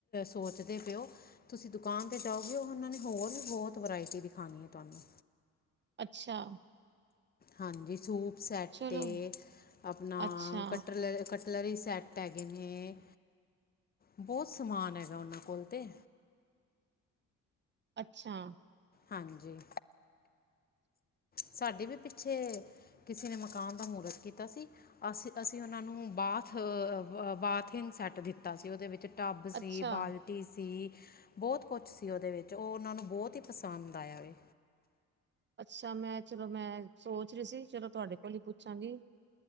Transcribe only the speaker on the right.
ਅੱਛਾ
ਚਲੋ
ਅੱਛਾ
ਅੱਛਾ
ਕੀ
ਅੱਛਾ
ਅੱਛਾ ਮੈਂ ਚਲੋ ਮੈਂ ਸੋਚ ਰਹੀ ਸੀ ਚਲੋ ਤੁਹਾਡੇ ਕੋਲ ਹੀ ਪੁੱਛਾਂਗੀ।